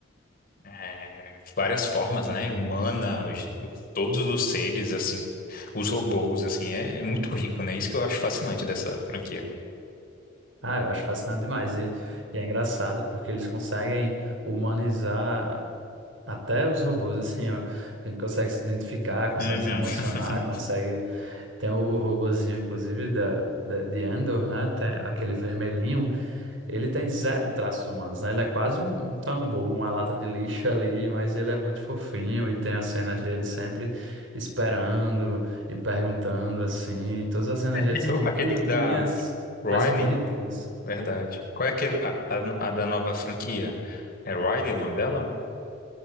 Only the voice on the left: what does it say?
é, várias formas, né? Humanas, todos os seres, assim, os robôs, assim, é, é muito rico, né? Isso que eu acho fascinante dessa franquia.
Uhum.
<laughs>
E
o- Aquele
da Riley,
verdade. Qual é aquele, a, a- a da nova franquia? É Riley o nome dela?